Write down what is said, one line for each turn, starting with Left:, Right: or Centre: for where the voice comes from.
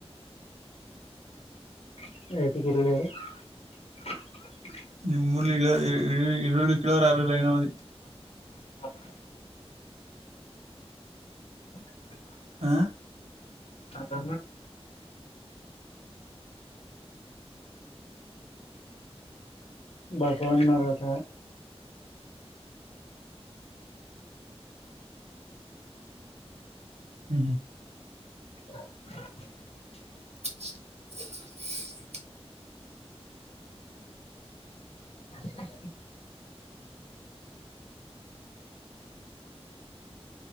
Left: <unintelligible>
Right: ನಿಮ್ಮೂರ್ಲಿ ಇಳ ಈರುಳ್ಳಿ ಕಿಲೋ ಯಾರಿಲ್ಲ ಏನೋ ಮದಿ
Left: <unintelligible> ಹ
Right: ಹ
Left: ಅ ಬಸವಣ ನದ
Right: ಹೂ
Left: ಹ
Right: ಹ
Left: ಹ